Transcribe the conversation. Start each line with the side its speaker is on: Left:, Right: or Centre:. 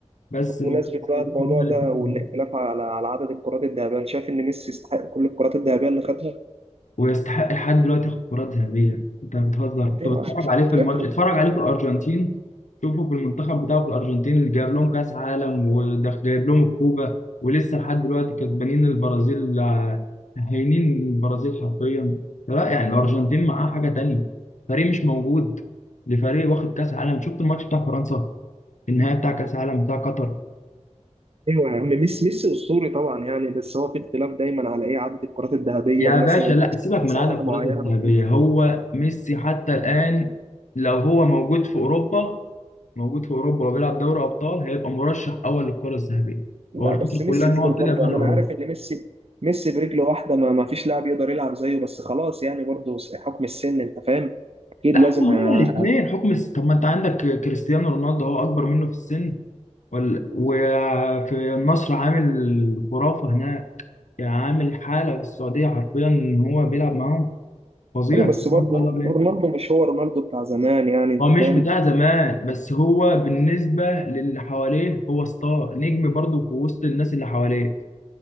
Left: بس المنافسة
Right: بمناسبه بقى
Left: ما
Right: الموضوع
Left: بينهم هما
Right: ده
Left: الاتنين
Right: والاختلاف على على عدد الكرات الذهبيه انا شايف ان ميسي يستحق كل الكرات الذهبيه اللي خدها
Left: ويستحق لحد دلوقتي ياخد كرات ذهبية انت بتهزر كنت
Right: ايوه
Left: بتفرج عليه في
Right: شكل
Left: الماتش اتفرج عليه في الأرجنتين شوفه في المنتخب بتاعه في الأرجنتين اللي جايب لهم كأس عالم وده جايب لهم الكوبا ولسه لحد دلوقتي كسبانين البرازيل آه، هينين البرازيل حرفيا لا يعني الأرجنتين معاه حاجة تانية فريق مش موجود لفريق واخد كأس عالم شفت الماتش بتاع فرنسا النهائي بتاع كأس عالم بتاع قطر
Right: ايوه يا عم ميسي ميسي اسطوري طبعا يعني بس هو في اختلاف دايما على ايه عدد الكرات الذهبيه
Left: يا
Right: ومثلا
Left: باشا لا سيبك من
Right: سنه
Left: عدد الكرات
Right: معينه
Left: الذهبية
Right: ما كانش
Left: هو ميسي حتى الآن لو هو موجود في أوروبا موجود في أوروبا وبيلعب دوري أبطال هيبقى مرشح أول للكرة الذهبية
Right: لا
Left: هو الفكرة
Right: بس ميسي
Left: كلها إن
Right: كبر
Left: هو طلع
Right: برضه
Left: بره
Right: يعني انا
Left: أوروبا
Right: عارف ان ميسي ميسي برجله واحده ما, ما فيش لاعب يقدر يلعب زيه بس خلاص يعني برضه حكم السن انت فاهم اكيد
Left: لا
Right: لازم
Left: هم هما
Right: ه...
Left: الاتنين حكم الس- طب ما أنت عندك كريستيانو رونالدو هو أكبر منه في السن وال... وفي النصر عامل خرافة هناك يعني عامل حالة في السعودية حرفيا إن هو بيلعب معاهم فظيع
Right: أيوة بس
Left: بسم الله
Right: برضه
Left: ما شاء الله
Right: رونالدو مش هو رونالدو بتاع زمان يعني انت
Left: هو مش
Right: فاهم
Left: بتاع زمان بس هو بالنسبة للي حواليه هو ستار نجم برضه في وسط الناس اللي حواليه